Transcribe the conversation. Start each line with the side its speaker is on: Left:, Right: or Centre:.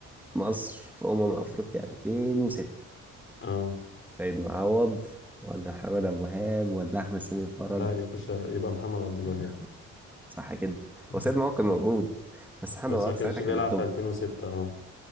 Centre: مصر في أمم أفريقيا 2006
Left: اه
Centre: سيد معوض ولا محمد عبد الوهاب ولا أحمد سمير فرج
Left: لا يا باشا يبقى محمد عبد الوهاب
Centre: ولا أحمد صح كده
Left: <laughs> مم.
Centre: هو سيد معوض كان موجود بس محمد عبد
Left: بس
Centre: الوهاب
Left: ما كانش
Centre: ساعتها كان
Left: بيلعب
Centre: التوب
Left: في 2006 اه